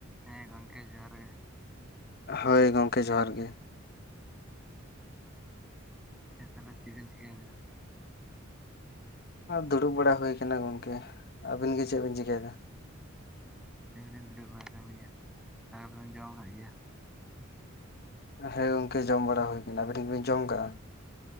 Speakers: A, in the centre; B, on the left (about 50°).
A: ᱦᱮᱸ, ᱜᱚᱝᱠᱮ ᱡᱚᱦᱟᱨ ᱜᱮ ᱾
B: ᱦᱳᱭ, ᱜᱚᱝᱠᱮ ᱡᱚᱦᱟᱨ ᱜᱮ ᱾
A: ᱦᱮᱸ ᱛᱟᱦᱚᱞᱮ ᱪᱮᱫ ᱵᱮᱱ ᱪᱮᱤᱠᱟᱹᱭᱮᱫᱟ?
B: ᱫᱩᱲᱩᱵ ᱵᱟᱲᱟ ᱦᱩᱭ ᱟᱠᱟᱱᱟ ᱜᱚᱝᱠᱮ ᱟᱹᱵᱤᱱ ᱜᱮ ᱪᱮᱫ ᱵᱤᱱ ᱪᱠᱟᱹᱭᱮᱫᱟ?
A: ᱟᱹᱞᱤᱧ ᱦᱚᱸᱞᱤᱧ ᱫᱩᱲᱩᱵ ᱵᱟᱲᱟ ᱠᱟᱱᱟ ᱜᱮᱭᱟ ᱾ ᱫᱟᱠᱟ ᱵᱮᱱ ᱡᱚᱢ ᱟᱠᱟᱫ ᱜᱮᱭᱟ?
B: ᱦᱮᱸ ᱜᱚᱝᱠᱮ ᱾ ᱡᱚᱢ ᱵᱟᱲᱟ ᱦᱩᱭ ᱟᱠᱟᱱᱟ ᱟᱵᱤᱱ ᱫᱚ ᱵᱮᱱ ᱡᱚᱢ ᱠᱟᱜᱼᱟ?